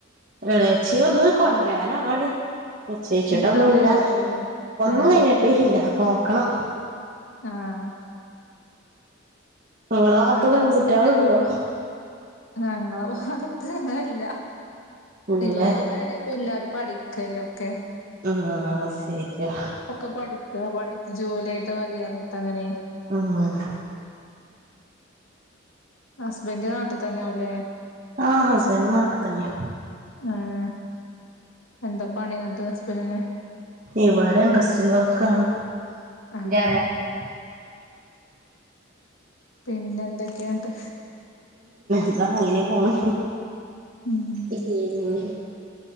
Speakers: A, on the right (about 45°); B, on the left (about 80°).
A: എളച്ചിയൊന്ന് കൊണ്ടരാനാണ് നിശ്ചയിച്ചിട്ടൊന്നുല്ലാ.
B: നിക്കാഹ് കഴിഞ്ഞതാവുല്ലേ?
A: ഒന്നും
B: ആഹ്
A: കഴിഞ്ഞിട്ടി ഇല്ല. നോക്കണം
B: ആഹ്
A: ങ്ങളെ ഭാത്ത്
B: ന്നട്ട്
A: പെൺകുട്ട്യാൾണ്ടോ
B: ഹസ്ബന്റ് ഞങ്ങളെ ഭാഗത്ത് ങ്ങനെല്ല.
A: ഇല്ലല്ലേ
B: ഇല്ലൊക്കെ പ്പ പ്പെ എല്ലാരും പഠിക്കല്ലെ ഒക്കെ
A: ആഹ് ആഹ് ആഹ് അസെര്യാ
B: ഇപ്പൊക്കെ പഠിക്കാ പടിച്ച് ജോല്യായിട്ട് മതിയർഞ്ഞിട്ടങ്ങനെ
A: ആഹ്
B: ഹസ്ബന്റ് നാട്ടി തന്നെ ആവും ലേ
A: ആഹ് ഹസ്ബൻഡ് നാട്ടി തന്ന്യാ
B: ആഹ് എന്താപണി ങ്ങട്ട് ഹസ്ബന്റിന്?
A: ഇവടെ ഇൻട്രസ്റ്റീൽ വർക്കാണ്
B: ആഹ്
A: ന്റെ <unintelligible>
B: പിന്നെന്തൊക്കെയാ ട്ട്
A: ഇതാ അങ്ങനേ പോണ്
B: ഉം
A: പിന്നെ